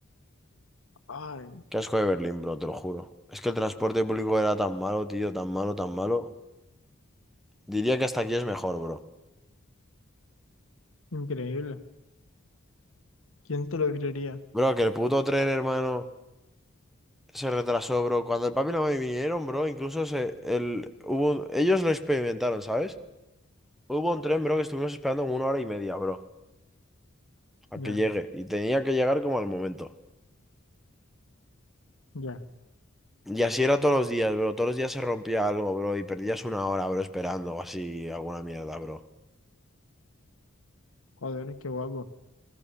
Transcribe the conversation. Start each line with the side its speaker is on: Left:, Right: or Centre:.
Left: Ay,
Centre: Qué asco de Berlín, bro, te lo juro. Es que el transporte público era tan malo, tío, tan malo, tan malo. Diría que hasta aquí es mejor, bro.
Left: increíble. ¿Quién te lo creería?
Centre: Bro, que el puto tren, hermano. Se retrasó, bro. Cuando el papi y la mami vinieron, bro, incluso se, el, hubo un- ellos lo experimentaron, ¿sabes? Hubo un tren, bro, que estuvimos esperando como una hora y media, bro, a
Left: Ya,
Centre: que llegue. Y tenía que llegar como al momento.
Left: ya.
Centre: Y así era todos los días, bro. Todos los días se rompía algo, bro, y perdías una hora, bro, esperando o así, alguna mierda, bro.
Left: Joder, qué guapo.